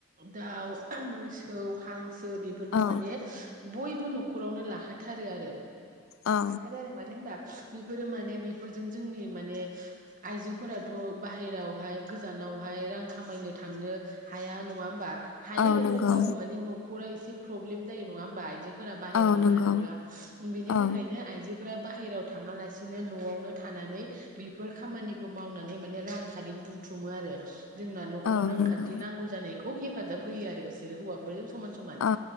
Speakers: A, on the right (about 40°); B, on the left (about 70°).
A: दाउ, मोसौ, हांस सो बेफोरखौ
B: औ
A: माने बयबो न'खरावनो लाखाथारो आरो
B: औ
A: लाखादो आरो मानो होनबा बेफोरो माने बेफोरजों जोंनि माने आइजोफोराथ' बाहेरावहाय गोजानावहाय रां खामायनो थांनो हाया नङा होमबा? हायो
B: औ नंगौ
A: अब्लाबो माने न'खरा एसे प्रब्लेम जायो नङा होमबा आइजो फोरा बाहेराव
B: औ नंगौ
A: ओंखारोब्ला बेनि
B: औ
A: थाख आयजोफोरा बाहेराव थाङालासिनो न'आवनो थानानै बेफोर खामानिखौ मावनानै माने रां खारि बुथुमो आरो जोंना न'खराव
B: औ
A: रांखान्थि
B: नंगौ
A: नांगौ जानाय हेफाजाब होयो आरो बिसोरो हौवाफोरजों समान समान
B: औ